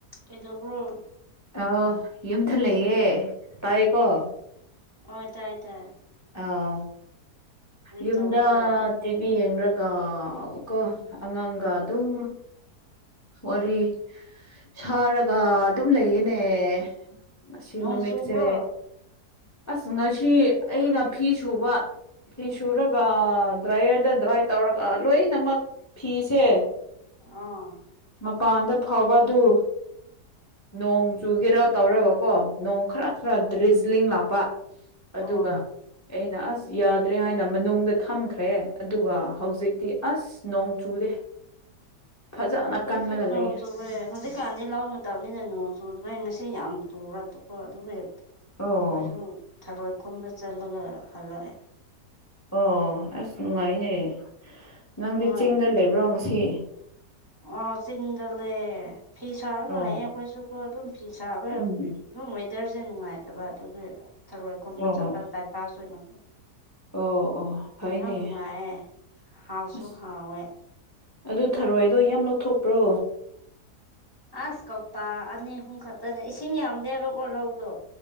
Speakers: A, on the right (about 20°); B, on the left (about 20°).
A: ꯀꯩꯗꯧꯕ꯭ꯔꯣ
B: <unintelligible> ꯌꯨꯝꯊ ꯂꯩꯌꯦ ꯇꯥꯢꯌꯦꯀꯣ
A: ꯑꯣ ꯇꯥꯢ ꯇꯥꯢ
B: ꯑꯥꯎ ꯌꯨꯝꯗ
A: ꯇꯧꯔꯒ ꯂꯩꯕ꯭ꯔꯣ
B: ꯇꯤꯚꯤ ꯌꯦꯡꯒ꯭ꯔꯒ ꯀꯣ ꯑꯉꯥꯡꯒ ꯑꯗꯨꯝ ꯋꯥꯔꯤ ꯁꯥꯔꯒ ꯑꯗꯨꯝ ꯂꯩꯌꯦꯅꯦ ꯉꯁꯤ
A: ꯅꯣꯡ
B: ꯅꯨꯃꯤꯠꯁꯦ
A: ꯆꯨꯕ꯭ꯔꯣ
B: ꯑꯁ ꯉꯁꯤ ꯑꯩꯅ ꯐꯤ ꯁꯨꯕ ꯐꯤ ꯁꯨꯔꯒ ꯗ꯭ꯔꯥꯏꯌꯔꯗ ꯗ꯭ꯔꯥꯏ ꯇꯧꯔꯒ ꯂꯣꯏꯅꯃꯛ ꯐꯤꯁꯦ
A: ꯑꯥ
B: ꯃꯄꯥꯟꯗ ꯐꯥꯎꯕ ꯑꯗꯨ ꯅꯣꯡ ꯆꯨꯒꯦꯔꯥ ꯇꯧꯔꯒ ꯀꯣ ꯅꯣꯡ ꯈꯔ ꯈꯔ ꯗꯔꯤꯖꯂꯤꯡ ꯂꯥꯛ ꯄ ꯑꯗꯨꯒ
A: ꯑꯣ
B: ꯑꯩꯅ ꯑꯁ ꯌꯥꯗ꯭ꯔꯦ ꯍꯥꯏꯅ ꯃꯅꯨꯡꯗ ꯊꯝꯈ꯭ꯔꯦ ꯑꯗꯨꯒ ꯍꯧꯖꯤꯛꯇꯤ ꯑꯁ ꯅꯣꯡ ꯆꯨꯨꯔꯦ ꯐꯖꯅ
A: ꯑꯩꯈꯣꯏꯁꯨ
B: ꯀꯟꯂꯒ
A: ꯅꯣꯡ
B: ꯂꯩꯌꯦ
A: ꯆꯨꯔꯦ ꯍꯧꯖꯤꯛꯀꯥꯟꯗꯤ ꯂꯧ ꯃꯇꯝꯅꯤꯅ ꯅꯣꯡ ꯆꯨꯗꯕꯩ ꯉꯁꯤ ꯌꯥꯝ ꯆꯨꯔꯛꯄꯀꯣ ꯑꯗꯨꯒ ꯍꯦꯛ
B: ꯑꯣ
A: ꯑꯩꯈꯣꯏꯁꯨ ꯊꯔꯣꯏ ꯈꯨꯟꯕ ꯆꯠꯂꯒ ꯍꯜꯂꯛꯑꯦ
B: ꯑꯣ ꯑꯁ ꯅꯨꯡꯉꯥꯏꯅꯦ ꯅꯪꯗꯤ
A: ꯍꯣꯏ
B: ꯆꯤꯡꯗ ꯂꯩꯕ꯭ꯔꯣ ꯉꯁꯤ
A: ꯑꯣ ꯆꯤꯡꯗꯂꯦ ꯐꯤ ꯁꯔꯒꯥ
B: ꯑꯣ
A: ꯂꯩꯌꯦ ꯀꯣꯏꯁꯨ ꯀꯣ ꯑꯗꯨꯝ ꯐꯤ ꯁꯥꯕ ꯑꯗꯨꯝ
B: ꯎꯝ
A: ꯋꯦꯗꯔꯁꯦ ꯅꯨꯡꯉꯥꯏꯇꯕ ꯑꯗꯨꯒꯤ ꯊꯔꯣꯏ ꯈꯨꯟꯕꯥ
B: ꯑꯣ
A: ꯆꯠꯄ
B: ꯑꯣ
A: ꯇꯥꯏꯝ ꯄꯥꯁ ꯑꯣꯏꯅ
B: ꯑꯣ ꯑꯣ ꯐꯩꯅꯦ
A: ꯌꯥꯝ ꯅꯨꯡꯉꯥꯏꯌꯦ ꯍꯥꯎꯁꯨ
B: ꯑꯁ
A: ꯍꯥꯎꯋꯦ
B: ꯑꯗꯨ ꯊꯔꯣꯏꯗꯣ ꯌꯥꯝ ꯂꯧꯊꯣꯛꯄ꯭ꯔꯣ
A: ꯑꯁ ꯀꯧꯇꯥ ꯑꯅꯤ ꯑꯍꯨꯝ ꯈꯛꯇꯅꯦ ꯏꯁꯤꯡ ꯌꯥꯝꯗꯦꯕꯀꯣ ꯂꯧꯗꯣ